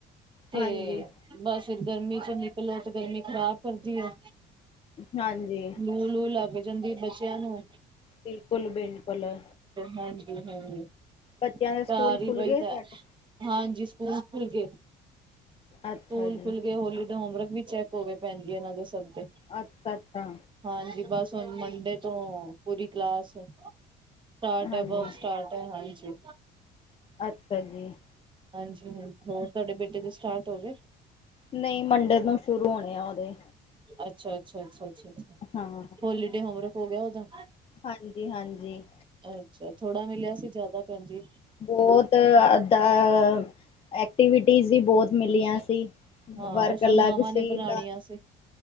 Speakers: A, on the right (about 25°); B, on the left (about 30°).
A: ਤੇ
B: ਹਾਂਜੀ
A: ਬਸ ਫਿਰ ਗਰਮੀ ਚ ਨਿਕਲੋ ਤੇ ਗਰਮੀ ਖ਼ਰਾਬ ਕਰਦੀ ਏ
B: ਹਾਂਜੀ
A: ਲੂ-ਲੂ ਲੱਗ ਜਾਂਦੀ ਬੱਚਿਆਂ ਨੂੰ।
B: ਬਿਲਕੁਲ-ਬਿਲਕੁਲ।
A: ਹਾਂਜੀ-ਹਾਂਜੀ
B: ਬੱਚਿਆਂ ਦੇ ਸਕੂਲ
A: ਘਰ ਈ
B: ਖੁੱਲ
A: ਬਹੀ
B: ਗਏ
A: ਦਾ
B: ਤੁਹਾਡੇ?
A: ਹਾਂਜੀ ਸਕੂਲ ਖੁੱਲ ਗਏ
B: ਅੱਛਾ
A: ਸਕੂਲ
B: ਜੀ
A: ਖੁੱਲ ਗੇ ਹੋਲੀ ਦੇ ਹੋਮਵਰਕ ਵੀ ਚੈਕ ਹੋਗੇ ਭੈਣ ਜੀ ਇਹਨਾਂ ਦੇ ਸਭ ਦੇ।
B: ਅੱਛਾ-ਅੱਛਾ।
A: ਹਾਂਜੀ ਬਸ ਹੁਣ ਮੰਡੇ ਤੋਂ ਪੂਰੀ ਕਲਾਸ ਸਟਾਰਟ
B: ਹਾਂਜੀ,
A: ਐ ਅਬ ਸਟਾਰਟ ਐ ਹਾਂਜੀ
B: ਅੱਛਾ ਜੀ।
A: ਹਾਂਜੀ ਹਾਂ, ਹੋਰ ਤੁਹਾਡੇ ਬੇਟੇ ਦੇ ਸਟਾਰਟ ਹੋ ਗਏ?
B: ਨਹੀਂ, ਮੰਡੇ ਤੋਂ ਸ਼ੁਰੂ ਹੋਣੇ ਆ ਉਹਦੇ।
A: ਅੱਛਾ-ਅੱਛਾ-ਅੱਛਾ-ਅੱਛਾ ਅ
B: ਹਾਂ।
A: ਹੋਲੀਡੇ ਹੋਮਵਰਕ ਹੋ ਗਿਆ ਉਹਦਾ?
B: ਹਾਂਜੀ-ਹਾਂਜੀ,
A: ਅੱਛਾ, ਥੋੜਾ ਮਿਲਿਆ ਸੀ ਜ਼ਿਆਦਾ ਭੈਣ ਜੀ?
B: ਬਹੁਤ ਦਾ ਐਕਟੀਵਿਟੀਜ਼ ਵੀ ਬਹੁਤ ਮਿਲੀਆਂ ਸੀ।
A: ਹਾਂ
B: ਵਰਕ
A: ਉਹ ਸਭ
B: ਅਲੱਗ
A: ਮਾਵਾਂ
B: ਸੀ
A: ਨੇ ਬਣਾਉਣੀਆਂ
B: ਇ
A: ਸੀ